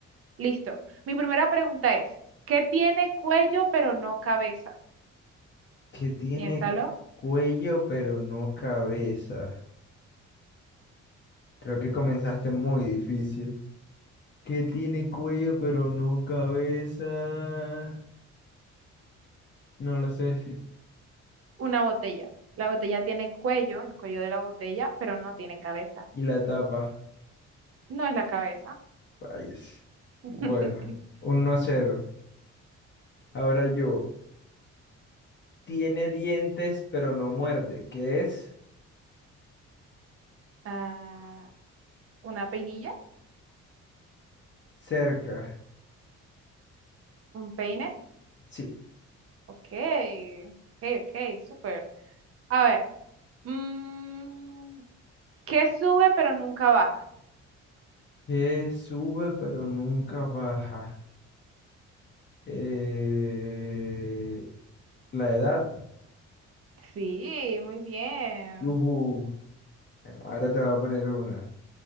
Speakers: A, on the right; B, on the left.
A: Listo. Mi primera pregunta es, ¿qué tiene cuello pero no cabeza?
B: Que tiene
A: Piénsalo.
B: cuello pero no cabeza. Creo que comenzaste muy difícil. Que tiene cuello pero no cabeza. No lo sé.
A: una botella. La botella tiene cuello, el cuello de la botella, pero no tiene cabeza.
B: Y la tapa.
A: No es la cabeza.
B: Vayas.
A: <laughs>
B: Bueno, 1 cero. Ahora yo. Tiene dientes, pero no muerde. ¿Qué es?
A: Ah, una peinilla,
B: Cerca.
A: un peine.
B: Sí.
A: Ok, ok, ok, súper. A ver, mm, ¿qué sube pero nunca baja?
B: Que sube, pero nunca baja. Eh, La edad.
A: Sí, muy bien.
B: Ujú. Bueno, ahora te voy a poner una.